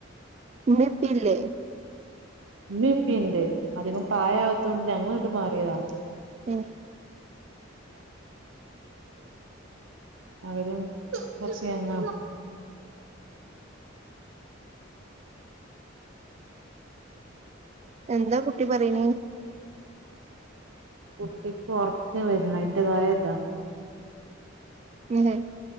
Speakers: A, on the right (about 35°); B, on the right (about 80°).
A: ഇമ്മി ഇപ്പി ല്ലേ
B: ഇമ്മി ഇപിൻണ്ട് അധികം പ്രായവത്തോണ്ട് ഞങ്ങൾ ഇങ്ങിട്ട് മാറിയതാ
A: ഉം
B: അവരും കുറച് യെങ്ങ
A: എന്താ കുട്ടി പറിണ്
B: കുട്ടിക്ക് ഉറക്കം വരുന്ന അതിന്റെതായതാ
A: <unintelligible> ഹേ